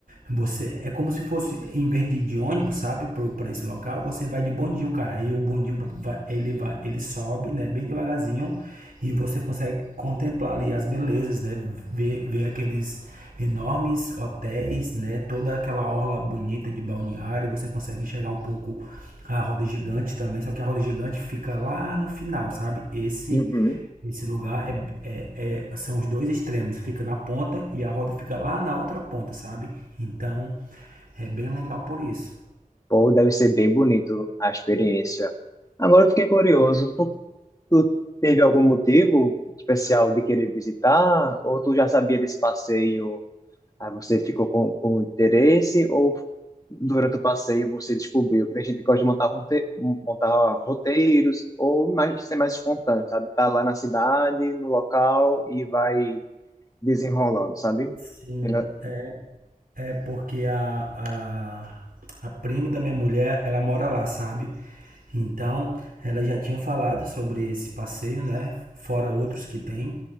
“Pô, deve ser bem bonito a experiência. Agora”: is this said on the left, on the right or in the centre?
Left